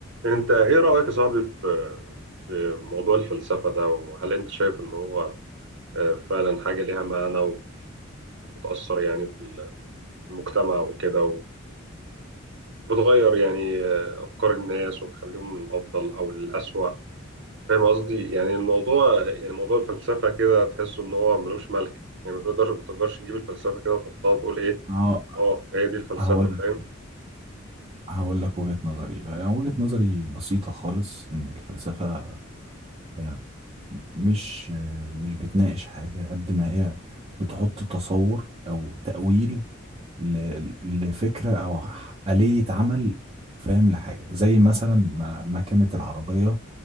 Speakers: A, on the right; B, on the right.
A: انت ايه رأيك يا صاحبي في في موضوع الفلسفة ده وهل انت شايف ان هو آه، فعلا حاجة ليها معنى وبتأثر يعني في ال- في المجتمع وكده وبتغير يعني آه، أفكار الناس وبتخليهم للأفضل أو للأسوأ فاهم قصدي يعني الموضوع يعني موضوع الفلسفة كده تحس ان هو ملوش ملك يعني ما تقدرش ما تقدرش تجيب الفلسفة كده وتحطها وتقول ايه
B: هو-
A: اه هي دي الفلسفة
B: هقول لك
A: فاهم
B: هقول لك وجهة نظري يعني وجهة نظري بسيطة خالص إن الفلسفة هي مش مش بتناقش حاجة قد ما هي بتحط تصور أو تأويل ل- لفكرة أو آلية عمل فاهم لحاجة زي مثلا ما ما كانت العربية